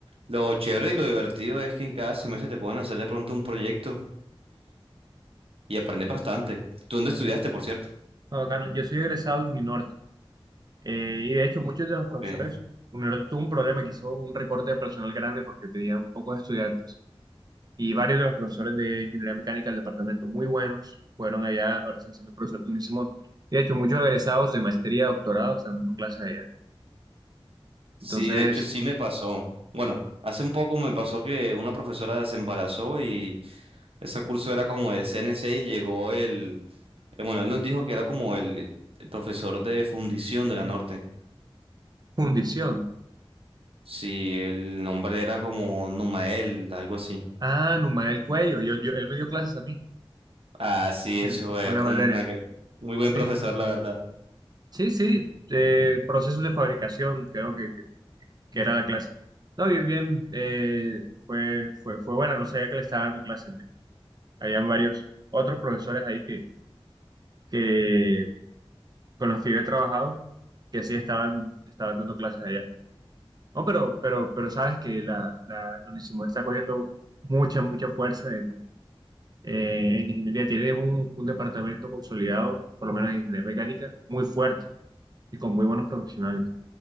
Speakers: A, on the right (about 70°); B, on the right (about 45°).
A: Lo chévere y lo divertido es que en cada semestre te pueden hacer de pronto un proyecto. y aprendes bastante. ¿Tú dónde estudiaste, por cierto?
B: está bacano. Yo soy egresado de Uninorte. Eh, y de hecho, muchos de los
A: Porque
B: profesores, Universidad tuvo un problema que hizo un recorte de personal grande porque tenían pocos estudiantes. Y varios de los profesores de ingeniería mecánica del departamento muy buenos fueron allá, ahora están siendo profesores de Unisimón. Y de hecho, muchos egresados de maestría, doctorado están dando clases allá.
A: sí,
B: Entonces,
A: de hecho sí me pasó. Bueno, hace un poco me pasó que una profesora se embarazó y ese curso era como de CNC y llegó el, eh, bueno, él nos dijo que era como el, el profesor de fundición de la Norte.
B: fundición.
A: Sí, el nombre era como Numael, algo así.
B: Ah, Numael Cuello, yo, yo, él me dio clases a mí,
A: Ah, sí,
B: sí,
A: eso es
B: una materia.
A: un aquel- muy buen
B: Sí,
A: profesor, la verdad.
B: sí, sí, sí, eh, procesos de fabricación, creo que, que era la clase. No, bien, bien, eh, fue, fue, fue buena, no sabía que le estaba dando clases. ve. Habían varios otros profesores ahí que, que, con los que yo he trabajado, que sí estaban, estaban dando clases allá. No, pero, pero, pero sabes que la, la, la Onisimod está cogiendo mucha, mucha fuerza en, eh, en ingeniería. Tiene un, un departamento consolidado, por lo menos en ingeniería mecánica, muy fuerte y con muy buenos profesionales.